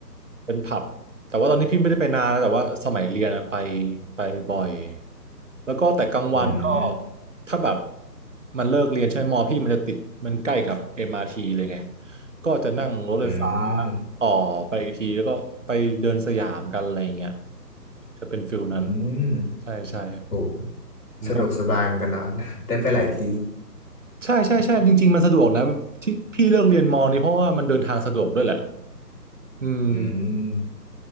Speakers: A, on the right; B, on the left.
A: เป็นผับแต่ว่าตอนนี้พี่ไม่ได้ไปนานนะแต่ว่าสมัยเรียนอะไปไปบ่อยแล้วก็แต่กลางวันก็
B: อืม
A: ถ้าแบบมันเลิกเรียนใช่ไหมมอพี่มันจะติดมันใกล้กับ MRT เลยไงก็จะนั่งรถไฟฟ้า
B: อืม
A: ต่อไปอีกทีแล้วก็ไปเดินสยามกันอะไรอย่างเงี้ยจะเป็นฟิลนั้น
B: อืม
A: ใช่ใช่
B: โอ้
A: มันก็
B: สะดวกสบายเหมือนกันเนาะ <laughs> ได้ไปหลายที่
A: ใช่ใช่ใช่จริงๆมันสะดวกนะที่พี่เลือกเรียนมอนี่เพราะว่ามันเดินทางสะดวกด้วยแหละอืม
B: อืม